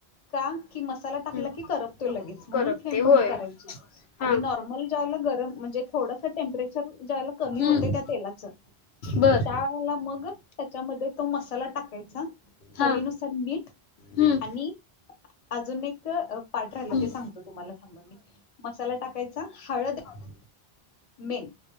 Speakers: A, on the left; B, on the left.
A: का? की मसाला टाकला
B: हं
A: की करपतो लगेच म्हणून
B: करपते
A: फ्लेम बंद
B: होय
A: करायची. आणि
B: हां
A: नॉर्मल ज्याला गरम म्हणजे थोडस टेम्परेचर ज्या वेळेला कमी
B: हं
A: होत त्या तेलाच
B: बर
A: त्यावेळाला मग? त्याच्यामध्ये तो मसाला टाकायचा चवीनुसार
B: हां
A: मीठ
B: हं
A: आणि अजून एक पाठ राहिला
B: हं
A: ते सांगतो तुम्हाला थांबा मी मसाला टाकायचा हळद
B: हळद.
A: मेन